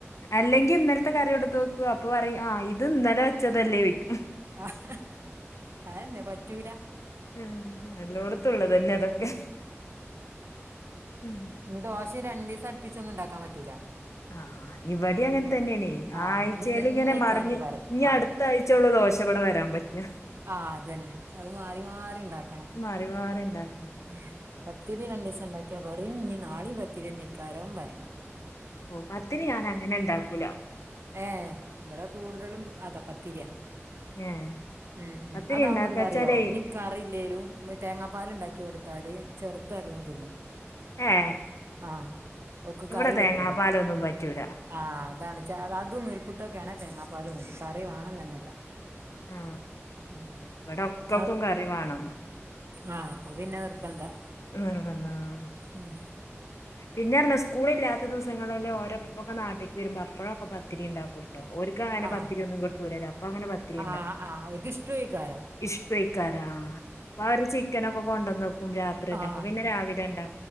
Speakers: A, on the left; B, on the right.
A: അല്ലെങ്കി ഇന്നലത്തെ കറ്യോട്ത്തൊക്ക് അപ്പ പറിം ആ ഇത് ഇന്നലെ വെച്ചതല്ലേയ്ക്കും
B: ആഹ് അതെന്നെ പറ്റൂലാ
A: മ്മ് എല്ലോടത്തുള്ളതെന്നെ ഇതൊക്കെ മ്മ്
B: ഇഞ്ഞ് ദോശ രണ്ടീസം അട്പ്പിച്ചൊന്നും ഇണ്ടാക്കാൻ പറ്റൂലാ
A: ആഹ് ഇവെടിം അങ്ങനെ തന്നെയാണേ
B: ആഹ്
A: ആഴ്ച്ചേല്
B: ഇനി ഇതന്നെക്കാരം
A: ഇങ്ങനെ മറഞ്ഞ്
B: പറയും
A: ഇനി
B: ആഹ്
A: അട്ത്ത ആഴ്ച്ചോള്ളൂ ദോശ ഇവടെ വരാൻ പറ്റാ
B: ആഹ് അതെന്നെ അത് മാറി മാറി ഇണ്ടാക്കണം
A: മാറി മാറി ഇണ്ടാക്കണം
B: ഉം പത്തിരി രണ്ടീസം ഇണ്ടാക്ക്യാ പറിം ഇഞ്ഞ് നാളീം പത്തിര്യേന്നെക്കാരം പറിം
A: ഓഹ് പത്തിരി ഞാന് അങ്ങനെ ഇണ്ടാക്കൂല
B: ഏഹ് ഇവടെ കൂടുതലും അതാ പത്തിര്യാ
A: ഏ
B: ഏഹ്
A: പത്തിരി
B: ഏഹ് അതാവുമ്പ
A: ഉണ്ടാക്കാച്ചാലേ
B: എന്താറ്യോ കറില്ലേലും മ്മ തേങ്ങാപ്പാല് ഇണ്ടാക്കി കൊട്ത്താല് ചെറ്ത് നല്ലോം തിന്നും
A: ഏ
B: ആഹ് ഓക്ക്
A: ഇവിടെ
B: കറി
A: തേങ്ങാപ്പാലൊന്നും
B: പറ്റൂല
A: പറ്റൂല
B: ആഹ് അതാണ് അതും നുൽപുട്ടോക്കാണേ തേങ്ങാപ്പാലൂട്ടി കറി വാണന്നെന്നെല്ല
A: ആ
B: ഉം
A: ഇവിടെ ഒക്കക്കും
B: അത്
A: കറി വേണം
B: ആഹ് അപ്പോ പിന്നെ നിർബന്ധാ
A: നിർബന്ധാ ആഹ്
B: ഉം
A: പിന്നെറ്ഞ്ഞാ സ്കൂള്ല്ലാത്ത ദിവസങ്ങളില് ഓരേപ്പക്കെ നാട്ടിക്ക് വരുമ്പോ അപ്പോഴൊക്കെ പത്തിരിണ്ടാക്കും ട്ടോ ഒല്ക്കങ്ങനെ
B: ആഹ്
A: പത്തിര്യോന്നും കിട്ടൂലല്ലോ അപ്പങ്ങനെ പത്തിരി
B: ആഹ് ആഹ് അവർക്ക് ഇഷ്ട്ടു ഏക്കാരം
A: ഇഷ്ട്ടു ഏക്കാരം ആഹ് അപ്പവര് ചിക്കനൊക്കെ കൊണ്ടന്നക്കും രാത്രിയെന്നെ
B: ആഹ്
A: അപ്പ പിന്നെ രാവിലെണ്ടാ